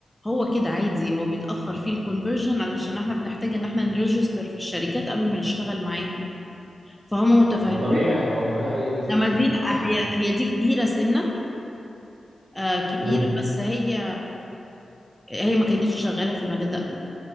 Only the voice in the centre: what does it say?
هو كده عادي هو بيتأخر فيه الكونفرجن علشان احنا بنحتاج ان احنا نريجستر في الشركات قبل ما نشتغل معاهم فهم متفاهمين
انما دي
لا هي هي دي كبيرة سنا آه كبيرة
بس هي هي ما كانتش شغالة في المجال ده قبل كده